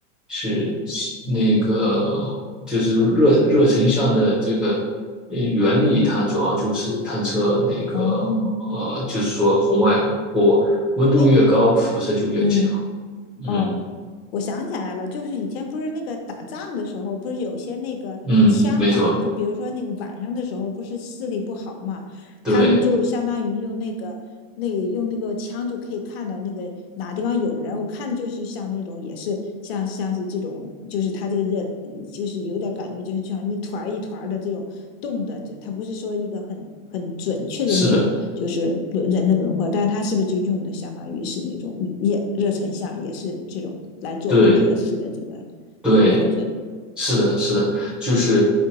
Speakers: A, in the centre; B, on the left.
A: 是是那个就是热热成像的这个呃原理，它主要就是探测那个呃，
B: 哦，
A: 就是说红外波温度越高，
B: 哎，
A: 辐射就越强。
B: 嗯，哦，
A: 嗯
B: 我想起来了，就是以前不是那个打仗的时候，不是有些那个枪吗？
A: 嗯，没错，
B: 就比如说那个晚上的时候，不是视力不好嘛，
A: 对，
B: 他们就相当于用那个那个用那个枪就可以看到那个哪地方有人。我看就是像那种也是像像是这种，就是他这个人嗯就是有点感觉，就是像一团儿一团儿的这种动的，就他不是说一个很很准确的那种，
A: 是的，
B: 就是人的轮廓，但是它是不是就用的相当于是那种夜热成像，也是这种来作为夜视的这个
A: 对对。
B: 瞄准？
A: 是的，是的，就是